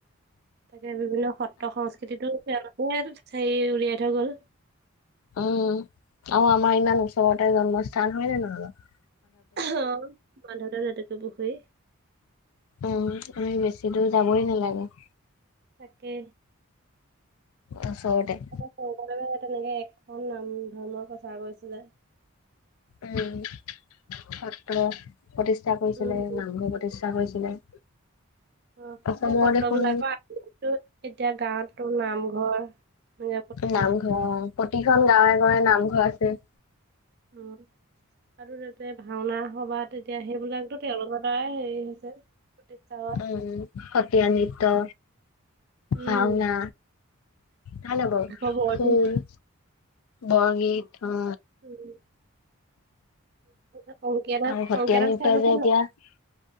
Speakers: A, on the right (about 45°); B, on the left (about 80°).
A: তাকে বিভিন্ন সত্ৰ সংস্কৃতিতটো তেওঁলোকে হৰি উলিয়াই থৈ গ'ল।
B: উম, আৰু আমাৰ ইমান ওচৰতে জন্মস্থান হয় নে নহয় বাওঁ?
A: অ বান্ধতৰ জাতুকে পুখুৰী
B: উম, আমি বেছি দূৰ যাবই নালাগে।
A: তাকে
B: ওচৰতে
A: তাতে শংকৰদেৱে এখন ধৰ্মৰ প্ৰচাৰ কৰিছিলে।
B: উম, সত্ৰ প্ৰতিষ্ঠা কৰিছিলে,
A: উম উম,
B: নামঘৰ প্ৰতিষ্ঠা কৰিছিলে।
A: অ
B: অসমৰ
A: সেই সত্ৰবিলাকৰ
B: দেখোন
A: এতিয়া গাঁৱতো নামঘৰ মে
B: নামঘৰ অ, প্ৰতিখন গাঁৱে গাঁৱে নামঘৰ আছে।
A: উম আৰু তাতে ভাওনা সভাত তেতিয়া সেইবিলাকতো তেওঁলোকৰ দ্বাৰাই হেৰি হৈছে। প্ৰতিষ্ঠা
B: উম, সত্ৰীয়া নৃত্য,
A: উম
B: ভাওনা ভাল হবই,
A: আকৌ বৰগীত
B: খুল, বৰগীত অ
A: উম <unintelligible>
B: আৰু হত্যা
A: অংকীয়া নাট
B: নৃত্ৰ
A: চাই পাইছা
B: যে
A: নে
B: এতিয়া,
A: নাই